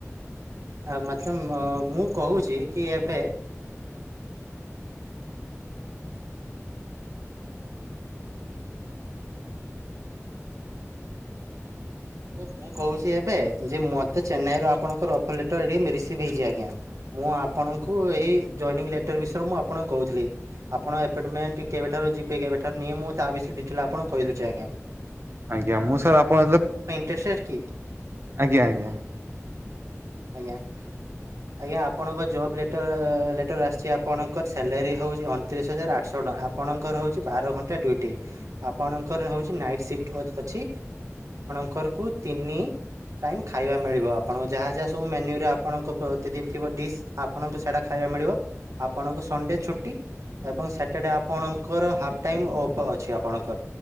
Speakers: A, on the right; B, on the right.
A: ମତଲବ୍ ମୁ କହୁଚି <inaudible> ଏ ମୁଁ କହୁଛି ଏବେ ଯେ ମତେ ଚେନ୍ନାଇ ଆରୁ ଆପଣଙ୍କର ଅଫ ଲେଟର ରିସିଭ ହେଇଛି ଆ୍ଞା। ଆଜ୍ଞା। ମୁଁ ଆପଣଙ୍କୁ ଏଇ ଜଏନିଂ ଲେଟର୍ ବିଷୟରେ ମୁଁ ଆପଣଙ୍କୁ କହୁଥିଲି ଆପଣ ଆପଏଣ୍ଟମେଣ୍ଟ କେବେଠାରୁ ଯିବେ କେବେଠାରୁ ନିଏ ମୁଁ ତା ବିଷୟରେ ଡିଜେଲ୍ ଆପଣଙ୍କୁ କହିଦଉଛି ଆଜ୍ଞା।
B: ଆଜ୍ଞା ମୁଁ ସାର୍ ଆପଣ
A: <unintelligible>
B: ଆଜ୍ଞା ଆଜ୍ଞା।
A: ଆଜ୍ଞା। ଆଜ୍ଞା ଆପଣଙ୍କ ଜବ୍ ଲେଟର ଲେଟର ଆସିଛି ଆପଣଙ୍କର ସାଲାରୀ ହେଉଛି ଅଣତିରିଶ ହଜାର ଆଠଶହ ଟଙ୍କା ଆପଣଙ୍କର ହଉଛି ବାର ଘଣ୍ଟା ଡ୍ୟୁଟି, ଆପଣଙ୍କର ହଉଛି ନାଇଟ୍ ସିଫ୍ଟ ଅଛି ତିନି ଟାଇମ୍ ଖାଇବା ମିଳିବ ଆପଣଙ୍କ ଯାହା ଯାହା ସବୁ ମେନ୍ୟୁରେ ଆପଣଙ୍କ ପ୍ରତିଦିନ ଥିବା ଡିସ୍ ଆପଣଙ୍କୁ ସେଇଟା ଖାଇବା ମିଳିବ ଆପଣଙ୍କୁ ସନ୍ ଡ଼େ ଛୁଟି ଏବଂ ସାଟର୍ଡେ ଆପଣଙ୍କର ହାଫ୍ ଟାଇମ୍ ଅଫ ଅଛି ଆପଣଙ୍କର